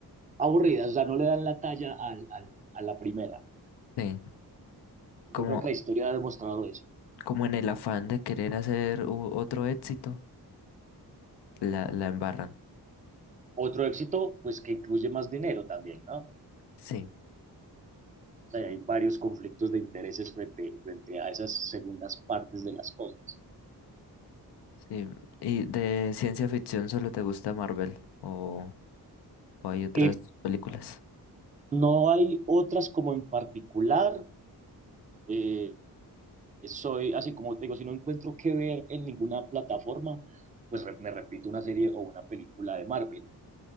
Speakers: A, on the right; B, on the left.
A: aburridas, o sea, no le dan la talla al- al- a la primera.
B: Sí.
A: Yo
B: Como
A: creo que la historia ha demostrado eso.
B: como en el afán de querer hacer u- otro éxito, la, la embarran.
A: Otro éxito, pues que incluye más dinero también, ¿no?
B: Sí,
A: O sea, hay varios conflictos de intereses frente, frente a esas segundas partes de las cosas.
B: sí. ¿Y de ciencia ficción solo te gusta Marvel o, o hay otras
A: Eh,
B: películas?
A: No hay otras como en particular. eh, soy, así como te digo, si no encuentro qué ver en ninguna plataforma, pues re- me repito una serie o una película de Marvel.